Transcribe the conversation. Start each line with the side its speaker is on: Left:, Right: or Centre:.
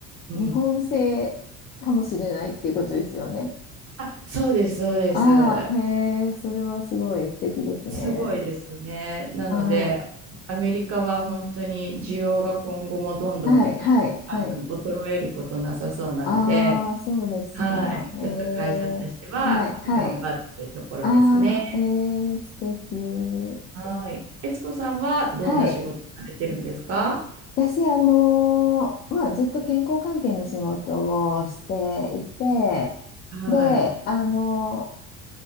Right: うん。
Left: 日本製かもしれないっていうことですよね。
Right: あ、そうです、そうです。
Left: ああ、へえ、それはすごい素敵ですね。
Right: すごいですよね。なので、
Left: はい。
Right: アメリカは本当に需要が今後もどんどん
Left: はい、はい、はい。
Right: あの衰えることなさそうなので、
Left: ああ、そうですか。
Right: はい、
Left: ええ、
Right: ちょっと会社としては頑張ってるところですね。
Left: はい、はい。ああ、ええ、素敵。
Right: はい。悦子さんはどんな仕事されてるんですか
Left: はい。私、あのーまあ、ずっと健康関係の仕事をしていて、
Right: はい。
Left: で、あのー